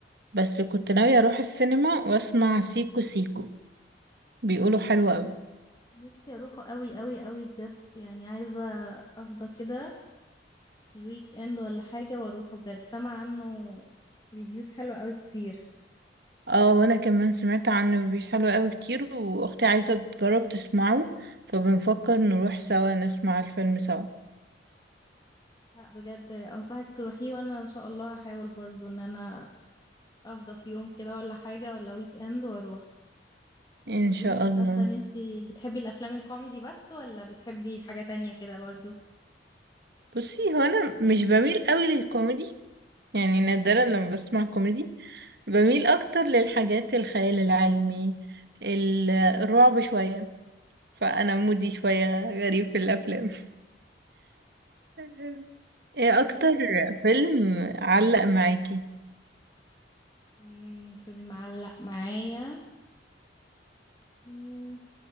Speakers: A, on the right (about 60°); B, on the left (about 20°).
A: بس كنت ناوية اروح السينما واسمع سيكو سيكو بيقولوا حلو قوي
B: نفسي أروحه أوي أوي أوي بجد يعني عايزة أفضى كده في الويك إند ولا حاجة وأروحه بجد سامع عنه ريفيوز حلوة أوي كتير
A: اه وانا كمان سمعت عنه ريفيوز حلو قوي كتير واختي عايزة تجرب تسمعه فبنفكر نروح سوا نسمع الفيلم سوا
B: لا بجد أنصحك تروحيه وأنا إن شاء الله هحاول برضو إن أنا أفضى في يوم كده ولا حاجة ولا ويك إند وأروح
A: ان
B: طب
A: شاء
B: قولي لي
A: الله
B: اصلا انت بتحبي الافلام الكوميدي بس ولا بتحبي حاجة تانية كده برضو
A: بصي هو انا مش بميل قوي للكوميدي يعني نادرا لما بسمع كوميدي بميل اكتر للحاجات الخيال العلمي ال- الرعب شوية فانا مودي شوية غريب في الافلام <laughs> ايه
B: طب قولي
A: اكتر
B: لي فيلم
A: فيلم علق معاكي
B: مم، فيلم معلق معايا مم،